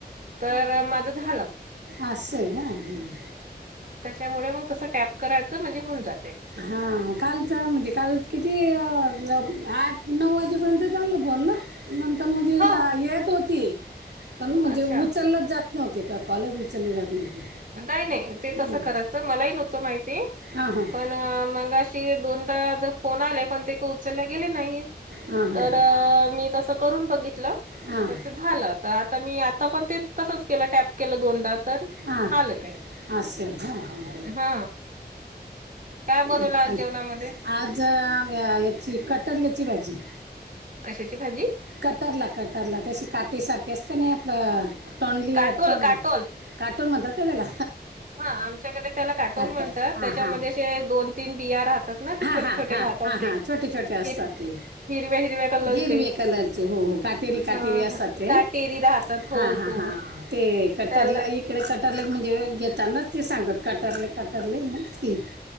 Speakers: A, on the right; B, on the right.
A: तर माझ झाल.
B: आस्स हाय का. हम्म हम्म
A: त्याच्यामुळे मग तसं टॅप करायच. म्हणजे होऊन जाते.
B: हा कालच म्हणजे काल किती अ आठ नऊ वाजेपर्यंत चालल बोलण. नंतर म्हणजे
A: हा
B: ला येत होती, पण म्हणजे
A: अच्छा
B: उचलल जात नव्हते का, कॉलच उचलले जात नव्हते.
A: नाही नाही ते
B: हं.
A: तसं करायचं, मलाही नव्हतो माहिती.
B: हां हां.
A: पण मगाशी दोनदा ज फोन आले, पण ते का उचलला गेले नाहीत.
B: हां हां
A: तर मी तस करून बघितलं
B: हां
A: तर ते झालं तर आता मी मी आता पण ते तसंच केलं, टॅप केलं दोनदा तर
B: हां
A: झालं ते.
B: असं आहे. हां हां
A: हा. काय बनवल
B: चालेल.
A: आज जेवणामध्ये?
B: आज याची कटरल्याची भाजी.
A: कशाची भाजी?
B: कटरला कटरला ते अशी काटीसारखी असते ना आपलं तोंडली,
A: काटोल
B: तोंडल्या.
A: काटोल
B: काटोल म्हणतात का त्याला?
A: हा आमच्याकडे त्याला काटोल
B: काटर
A: म्हणतात.
B: हां
A: त्याच्यामध्ये
B: हां
A: जे दोन तीन बिया राहतात ना ते
B: हा
A: छोटे
B: हा
A: छोटे
B: हा
A: राहतात
B: हा
A: ते
B: हा छोटे छोटे असतात
A: हिर
B: ते.
A: हिरव्या हिरव्या कलरचे
B: हिरवे कलरचे हो हो काटेरी काटेरी
A: हा
B: असतात
A: हा
B: ते
A: काटेरी राहतात हो
B: हा हा
A: हो
B: हा. ते कटर
A: त्याला
B: ला इकडे कट कटरले म्हणजे घेताना ते सांगत कटरले कटरले मग ती